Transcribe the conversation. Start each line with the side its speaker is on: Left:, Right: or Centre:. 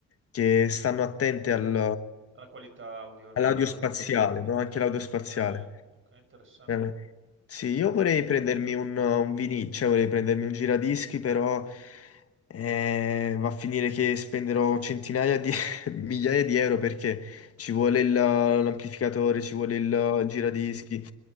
Left: che stanno attente al-
Right: Alla qualità audio, una
Left: all'audio
Right: qualità audio.
Left: spaziale, no? Anche l'audio
Right: Ok,
Left: spaziale.
Right: ok, interessante.
Left: Eh, Sì, io vorrei prendermi un, un vinil, cioè vorrei prendermi un giradischi, però eh, va a finire che spenderò centinaia di <laughs> migliaia di euro perché ci vuole il- l'amplificatore, ci vuole il giradischi,